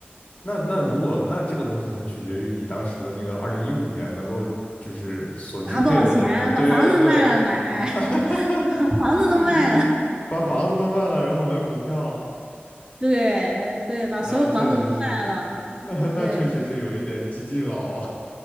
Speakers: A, on the left; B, on the right.
A: 那那如果那这个东西很取决于你当时的那个二零一五年能够就是所支配的这个，
B: 拿多少钱把房子卖了买，
A: 对对，<laughs>
B: <laughs> 把房子都卖了，
A: 把房子都卖了，然后买股票，
B: 对对，把所有房子都卖了。
A: 那确实是。<laughs> 那确实是有一点激进了哦。
B: 对